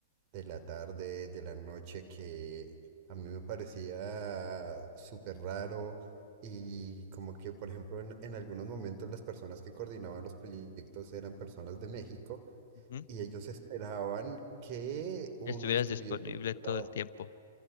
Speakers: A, on the right (about 40°); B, on the left (about 55°).
A: de la tarde, de la noche, que a mí me parecía súper raro y como que, por ejemplo, en en algunos momentos las personas que coordinaban los proyectos eran personas de México
B: Ujú.
A: y ellos esperaban que uno
B: Estuvieras
A: estuviese,
B: disponible
A: traba-
B: todo el tiempo.